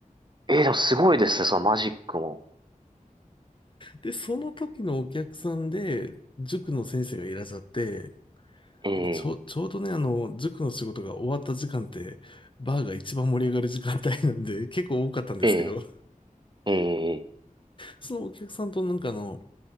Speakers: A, on the right; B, on the left.
A: え、でもすごいですね、そのマジックも。
B: で、その時のお客さんで、塾の先生がいらっしゃって、
A: ええ、
B: ちょ、ちょうどね、あの、塾の仕事が終わった時間って、バーが一番盛り上がる時間帯なんで、結構多かったんですけど、
A: ええ、ええ、
B: そのお客さんとなんかあの、